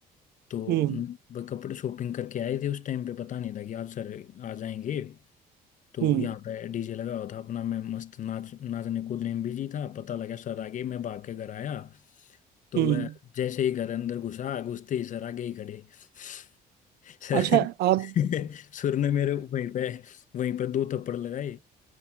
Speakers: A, on the left; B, on the right.
A: तो
B: हम्म
A: न- वो कपड़े शॉपिंग करके आए थे उस टाइम पे पता नहीं था कि आज सर आ जाएंगे तो
B: हम्म हम्म
A: यहाँ पे डीजे लगा हुआ था अपना मैं मस्त नाच नाचने कूदने में बिजी था पता लगा सर आ गए मैं भाग के घर आया तो
B: हम्म।
A: मैं जैसे ही घर अंदर घुसा घुसते ही सर आगे ही खड़े <laughs> सर
B: अच्छा आप
A: <laughs> सुर ने मेरे वहीं पे वहीं पे दो थप्पड़ लगाए